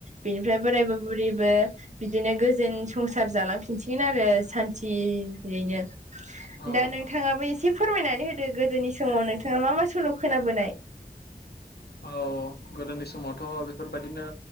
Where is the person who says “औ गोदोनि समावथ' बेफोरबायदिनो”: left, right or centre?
Left